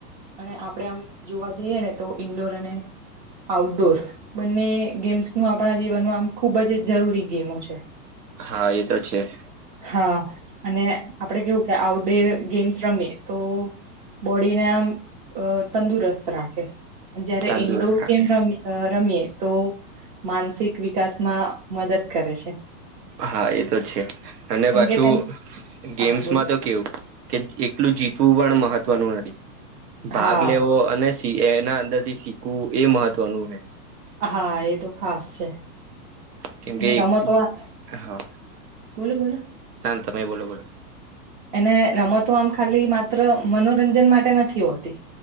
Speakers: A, on the right; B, on the right.
A: અને આપડે આમ જોવા જઈએ ને તો ઈન્ડોર અને આઉટડોર બંને ગેમ્સ આપણા જીનમાં આમ ખુબ જ જરૂરી ગેમો છે
B: હા એ તો છે
A: હા અને આપડે કેવું આટઉડોર ગેમ્સ રમે તો બોડીને આમ તંદુરસ્ત રાખે જયારે
B: તંદુરસ્ત
A: ઇન્ડોર
B: રાખે
A: ગેમ રમીએ તો માનસિક વિકાસ માં મદદ કરે છે
B: હા એ તો છે અને
A: કેમ
B: પાછું
A: કે તેમ
B: ગેમ્સ
A: હા બોલો
B: માં તો કેવું કે એકલું જીતવું પણ ભાગ
A: હા
B: લેવો અને એના અંદર થી શીખવું એ મહત્વનું હે
A: હા એ તો ખાસ છે
B: કેમકે
A: અને રમતો આ
B: હા
A: બોલો બોલો
B: ના તમેય બોલો બોલો
A: એને રમતો આમ ખાલી માત્ર મનોરંજન માટે નથી હોતી